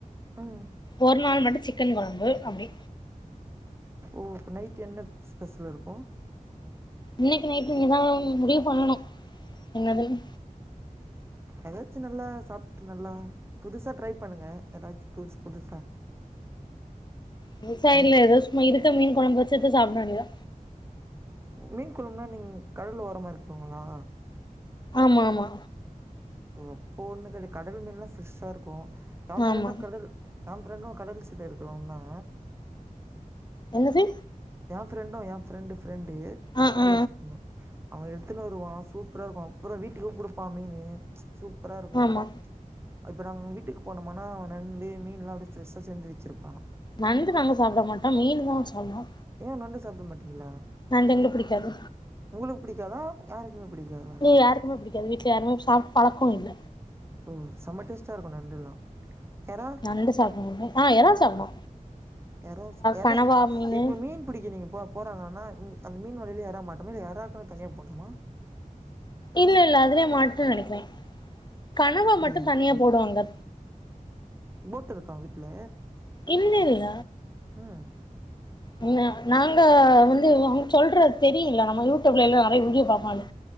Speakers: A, on the right; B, on the left.
A: ம்
B: ஒரு நாள் மட்டு சிக்கன் கொழம்பு அப்டி
A: ஓ அப்ப நைட் என்ன ஸ்பெஷல் இருக்கு
B: இன்னைக்கு நைட்டு இனிதா முடிவு பண்ணணு என்னதுன்
A: எதாச்சு நல்லா சாப்ட்டு நல்லா புதுசா ட்ரை பண்ணுங்க எதாச்சு புதுசு புதுசா
B: புதுசா
A: ம்
B: இல்ல எதாவது சும்ம இருக்க மீன் கொழம்ப வச்சுட்டு சாப்ட வேண்டியதா
A: மீன் கொழம்புனா நீங்க கடல் ஓரமா இருக்கிங்களா
B: ஆமா மா
A: ஓ அப்போ ஒன்னு கெடைக்காது கடல்மீன்ல்லா பிரெஷ்ஷாருக்கு என்
B: ஆமா
A: ஃப்ரெண்டு கடல் என் ஃப்ரண்டு கடல் சிட்ட இருக்குறவன்தா
B: என்னது
A: என் ஃபிரண்டு என் ஃபிரண்டு ஃபிரண்டு
B: ஆ
A: காலேஜ்
B: ஆ
A: போனோ அவன் எடுத்துன்னு வருவா சூப்பரா இருக்கு அப்பற வீட்டுக்கு குடுப்பா மீனு சூப்பரா இருக்கு
B: ஆமா
A: இப்ப நாங்க வீட்டுக்கு போனமானா நண்டு மீன் எல்லா பிரஷ்ஷா செஞ்சு வச்சிருப்பா
B: நண்டு நாங்க சாப்ட மாட்டோ மீன் தா சாப்டுவோ
A: ஏன் நண்டு சாப்ட மாட்டீங்களா
B: நண்டு எங்களுக்கு புடிக்காது
A: உங்களுக்கு பிடிக்காதா யாருக்குமே புடிக்காதா
B: இங்க யாருக்குமே புடிக்காது வீட்ல யாருமே சாப்ட்டு பழக்க இல்ல
A: ம் செம டேஸ்ட்டா இருக்கு நண்டுல்லா எறா
B: நண்டு சாப்ட மாட்ட ஆ எறா சாப்டுவோ
A: எறாஸ் எறா
B: கனவா மீனு
A: இப்ப மீன் பிடிக்க நீங்கப் போ போறாங்கன்னா மீ அந்த மீன் வலையில எறா மாட்டுமா இல்ல எறாக்குன்னு தனியா போட்ணுமா
B: இல்ல இல்ல அதுலயே மாட்டு நெனைக்கிறே கனவா
A: அப்டியா
B: மட்டு தனியா போடுவாங்க
A: போட் இருக்கா உங்க வீட்ல
B: இல்லல்ல
A: ம்
B: உண்மையா நாங்க வந்து அவங்க சொல்றது தெரியுல நம்ம யூடியூப்ல எல்லா நெறைய வீடியோ பாப்போல